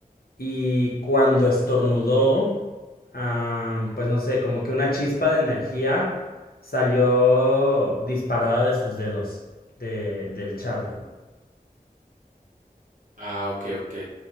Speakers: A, on the left (about 80°); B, on the right (about 55°).
A: y cuando estornudó, am, pues no sé, como que una chispa de energía salió disparada de sus dedos, de, del chavo.
B: Ah, ok, ok.